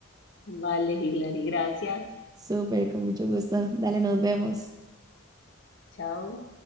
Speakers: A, on the left; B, on the right.
A: Vale, Hilary, gracias.
B: Súper, con mucho gusto. Dale, nos vemos.
A: Chao.